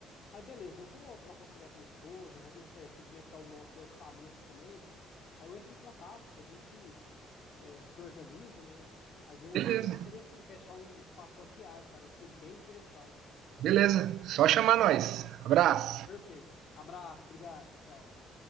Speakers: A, on the left (about 50°); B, on the right (about 65°).
A: mas beleza, eu vou trocar uma ideia com minha esposa, vou ver certinho como é que tá o nosso orçamento também. Aí eu entro em contato, que a gente eh, se organiza, né? Mas eu,
B: Beleza,
A: eu vou querer sim fechar um, um pacote de viagem, cara. Eu fiquei bem interessado.
B: beleza. Só chamar nós. Abraço.
A: Não, perfeito. Abraço, obrigado, tchau, tchau.